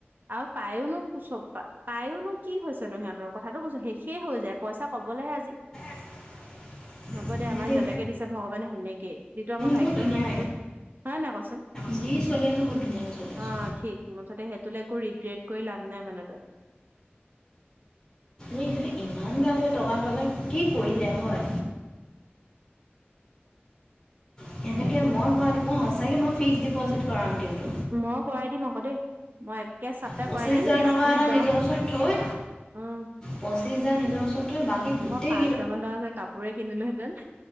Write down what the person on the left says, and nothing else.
<inaudible>
সিহঁতি
বহুত ধুনীয়া
যি চলি আছোঁ, বহুত ধুনীয়াকে চলি আছোঁ।
এই হে ইমান গালকে টকা পালে, কি কৰিলে হয়! সেনেকে
মই পোৱা, মই সঁচাকে মই ফিক্স ডিপ'জিট কৰাম কিন্তু।
পঁচিছ
হাজাৰ
টকা এটা
নিজৰ
ওচৰত
থৈ পঁচিছ হাজাৰ নিজ ওচৰত থৈ বাকী গোটেই